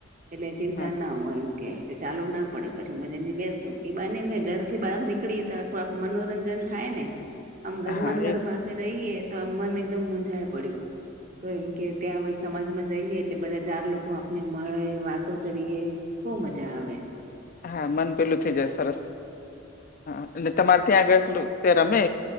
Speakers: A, on the right; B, on the left.
A: એટલે ચિંતા
B: હા
A: ના હોય એમ. કેહતે ચાલુ ના પડે પછી ઉમા જઈ બેસું ઈ બહાને અમે ઘર થી બહાર નીકળી તા પણ મનોરંજન થાય ને. આમ ઘરમાં
B: હા
A: ઘરમાં
B: એ
A: આપે રહીએ તો આ મન એકદમ મુંઝાય પડ્યું. તો એમ કે ત્યાં બ સમાજમાં જઈએ. એટલે બધા ચાર લોકો આપને મળે વાતો કરીએ બહુ મજા આવે.
B: હા મન પેલું થઈ જાય સરસ હા અને તમારે ત્યાં આગળ એટલું તે રમે